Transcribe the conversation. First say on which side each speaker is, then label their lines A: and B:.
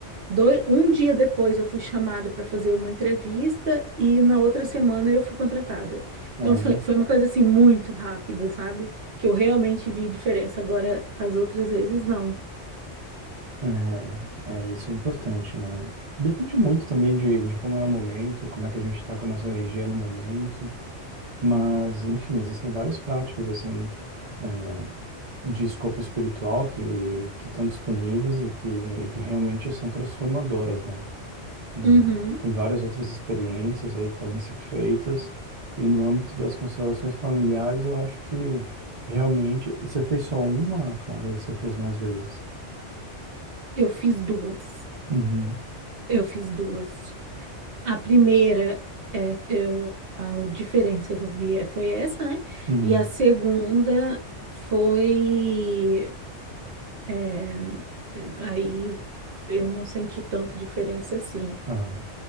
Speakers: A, on the right; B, on the right.
A: Doi- Um dia depois eu fui chamada para fazer uma entrevista e na outra semana eu fui contratada.
B: Olha.
A: Então foi, foi uma coisa assim muito rápida, sabe? Que eu realmente vi diferença. Agora, as outras vezes, não.
B: É, é, isso é importante, né? Depende muito também de, de como é o momento, como é que a gente está com a nossa energia no momento, mas, enfim, existem várias práticas, assim, é, de escopo espiritual que que estão disponíveis e que, que realmente são transformadoras, né? E
A: Uhum.
B: tem várias outras experiências aí que podem ser feitas, e no âmbito das constelações familiares, eu acho que realmente, você fez só uma, Clara, ou você fez mais vezes?
A: Eu fiz duas.
B: Uhum.
A: Eu fiz duas. A primeira, é, eu, a diferença que eu vi é- foi essa, né?
B: Uhum.
A: E a segunda foi. é, aí eu não senti tanta diferença assim.
B: Ah,